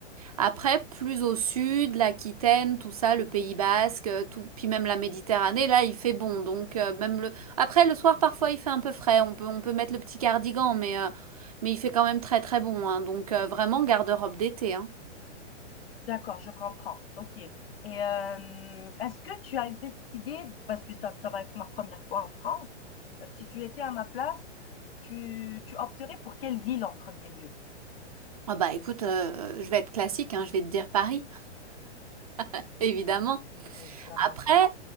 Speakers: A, on the right; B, on the left.
A: Après, plus au sud, l'Aquitaine, tout ça, le Pays Basque, euh, tout, puis même la Méditerranée, là, il fait bon. Donc euh, même le après le soir, parfois, il fait un peu frais. On peut on peut mettre le petit cardigan, mais euh, mais il fait quand même très très bon. hein. donc euh, vraiment garde-robe d'été. hein.
B: D'accord, je comprends. OK. Et hem, est-ce que tu as une petite idée, parce que ça ça va être ma première fois en France, heu, si tu étais à ma place, tu tu opterais pour quelle ville en premier lieu?
A: Ah bah écoute, euh, je vais être classique, hein, je vais te dire Paris, <laughs> évidemment.
B: Évidemment.
A: Après,